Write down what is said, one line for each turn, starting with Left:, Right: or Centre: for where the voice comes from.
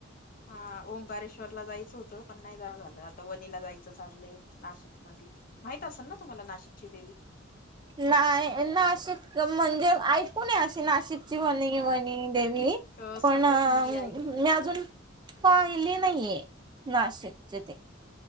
Left: हा ओंकारेश्वर ला जायचं होतं पण नाही जाण झालं आता वनीला जायचं चाललंय. नाशिक मध्ये. माहित असेल ना तुम्हाला नाशिकची देवी.
Right: नाही नाशिक म्हणजे ऐकून आहे अशी नाशिक ची वणी वणी देवी
Left: अ
Right: पण
Left: सप्तशृंगी आई
Right: मी अजून पाहिली नाहीये नाशिकच ते.